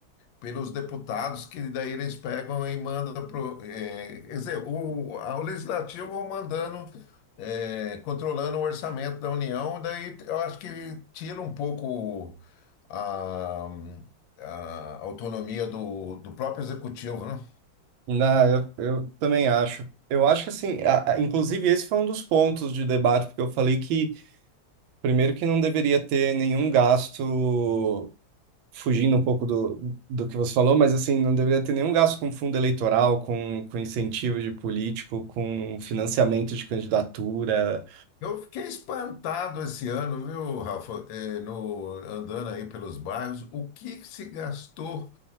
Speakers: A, on the left; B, on the right.
A: pelos deputados, que daí eles pegam e mandam pro, é, quer dizer, o, a- o legislativo mandando, é, controlando o orçamento da União, daí eu acho que tira um pouco a, a autonomia do, do próprio executivo, né?
B: Não, eu, eu também acho. Eu acho que assim, a- a- inclusive esse foi um dos pontos de debate, porque eu falei que, primeiro, que não deveria ter nenhum gasto, fugindo um pouco do, do que você falou, mas assim, não deveria ter nenhum gasto com fundo eleitoral, com, com incentivo de político, com financiamento de candidatura.
A: Eu fiquei espantado esse ano, viu, Rafa? É, no, andando aí pelos bairros, o que que se gastou